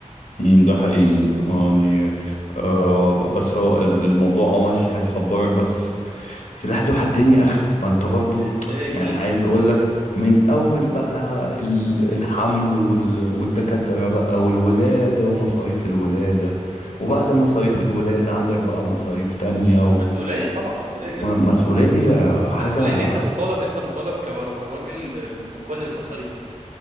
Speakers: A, on the left; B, on the right.
A: مم، ده حقيقي آه، يعني آه بس هو ال- الموضوع اه ماشي هيصبرك بس سلاح ذو حدين يا اخي ما انت برضو
B: ازاي يقول
A: يعني عايز
B: لي
A: اقول لك من اول بقى ال- الحمل وال- والدكاترة بقى والولادة ومصاريف الولادة وبعد مصاريف الولادة عندك بقى مصاريف تانية
B: مسؤوليه طبعا مسؤوليه جامده
A: ومسؤولية حاجة
B: مسؤوليه انت مطالب انت مطالب كور- كراجل بكل المصاريف دي